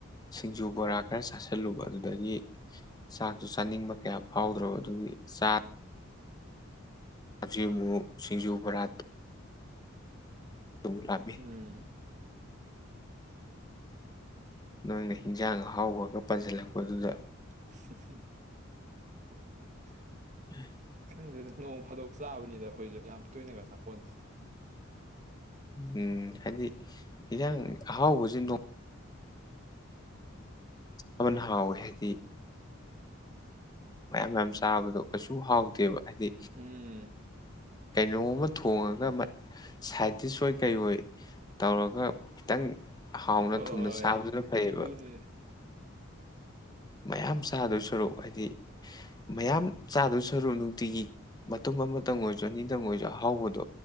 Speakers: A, on the left; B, on the right.
A: ꯁꯤꯡꯖꯨ ꯕꯣꯔꯥ ꯈꯔ ꯆꯥꯁꯤꯜꯂꯨꯕ ꯑꯗꯨꯗꯒꯤ ꯆꯥꯛꯇꯣ ꯆꯥꯅꯤꯡꯕ ꯀꯌꯥ ꯐꯥꯎꯗ꯭ꯔꯕ ꯑꯗꯨꯒꯤ ꯆꯥ ꯍꯧꯖꯤꯛ ꯑꯃꯨꯛ ꯁꯤꯡꯖꯨ ꯕꯣꯔꯥ ꯑꯃꯨꯛ ꯂꯥꯝꯃꯤ
B: ꯎꯝ
A: ꯅꯣꯏꯅ ꯍꯤꯟꯖꯥꯡ ꯑꯍꯥꯎꯕꯒ ꯄꯟꯁꯤꯜꯂꯛꯄꯗꯨꯗ
B: <unintelligible>
A: <unintelligible>
B: ꯈꯪꯗꯦꯗ ꯅꯣꯡ ꯐꯥꯗꯣꯛ ꯆꯥꯕꯅꯤꯗ ꯑꯩꯈꯣꯏꯁꯨ ꯌꯥꯝ ꯇꯣꯏꯅꯒ ꯆꯥꯄꯣꯟꯇꯦꯗ
A: ꯎꯝ ꯍꯥꯏꯗꯤ ꯍꯟꯖꯥꯡ ꯑꯍꯥꯎꯕꯁꯤ ꯅꯣꯡ ꯑꯃꯅ ꯍꯥꯎꯋꯦ ꯍꯥꯏꯗꯤ ꯃꯌꯥꯝ ꯃꯌꯥꯝ ꯆꯥꯕꯗꯣ ꯀꯩꯁꯨ ꯍꯥꯎꯇꯦꯕ ꯍꯥꯏꯗꯤ
B: ꯎꯝ
A: ꯀꯩꯅꯣꯝꯃ ꯊꯣꯡꯉꯒ ꯁꯥꯏꯇꯗꯤꯁ ꯑꯣꯏ ꯀꯩ ꯑꯣꯏ ꯇꯧꯔꯒ ꯈꯤꯇꯪ ꯍꯥꯎꯅ
B: ꯍꯣꯏ ꯍꯣꯏ
A: ꯊꯨꯝꯅ ꯆꯥꯕꯗꯨꯅ ꯐꯩꯌꯦꯕ
B: ꯃꯗꯨꯅꯦ
A: ꯃꯌꯥꯝ ꯆꯥꯗꯣꯏ ꯁꯔꯨꯛ ꯍꯥꯏꯗꯤ ꯃꯌꯥꯝ ꯆꯥꯗꯨ ꯁꯔꯨꯛ ꯅꯨꯡꯇꯤꯒꯤ ꯃꯇꯨꯝ ꯑꯃꯇꯪ ꯑꯣꯏꯔꯁꯨ ꯑꯅꯤꯇꯪ ꯑꯣꯏꯔꯁꯨ ꯑꯍꯥꯎꯕꯗꯣ